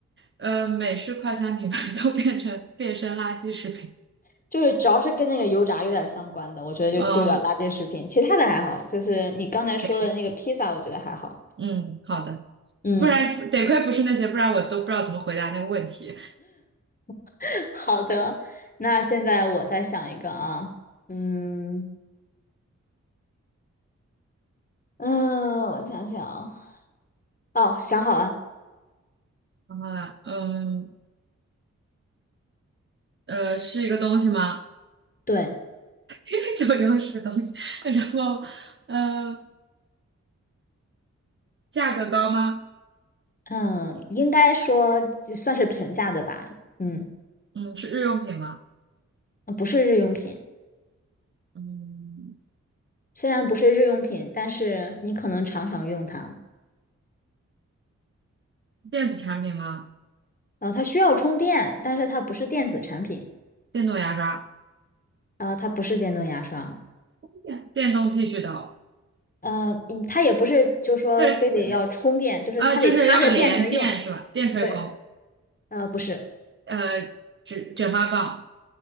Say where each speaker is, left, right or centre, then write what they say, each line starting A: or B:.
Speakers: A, on the right; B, on the left.
A: 呃美式快餐品牌都变成变身垃圾食品，
B: <laughs> 就是只要是跟那个油炸有点相关的，我觉得就就有点垃圾食品。
A: 嗯、
B: 其他的还好，就是你刚才说的那个披萨，
A: 行，
B: 我觉得还好。
A: 嗯，好的。
B: 嗯，
A: 不然得亏不是那些，不然我都不知道怎么回答那个问题。
B: <laughs> 好的，那现在我再想一个啊，嗯嗯，我想想啊，哦，想好了，
A: 然后呢，嗯呃，是一个东西吗？
B: 对，
A: <laughs> 九又是个东西。<laughs> 然后，呃，价格高吗？
B: 嗯，应该说算是平价的吧，嗯，
A: 嗯，是日用品吗？
B: 不是日用品。
A: 嗯，
B: 虽然不是日用品，但是你可能常常用它。
A: 电子产品吗？
B: 呃，它需要充电，但是它不是电子产品。
A: 电动牙刷、
B: 啊，它不是电动牙刷。
A: 电电动剃须刀，
B: 呃，嗯它也不是就说非得要充电，
A: 对，
B: 就是它得插着电才能用。
A: 呃，就是要连电是吧？电吹风，
B: 对，呃，不是，
A: 呃，卷卷发棒，